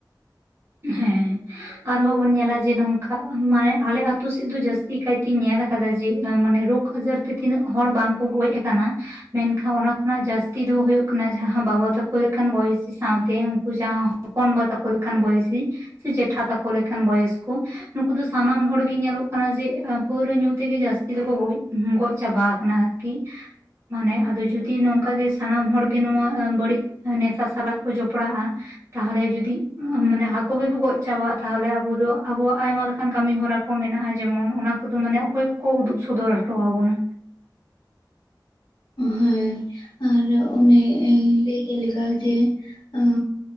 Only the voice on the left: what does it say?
ᱦᱮᱸ ᱟᱨ ᱚᱱᱮ ᱞᱟᱹᱭ ᱮᱸ ᱠᱮᱜ ᱞᱮᱠᱟ ᱡᱮ ᱟᱸ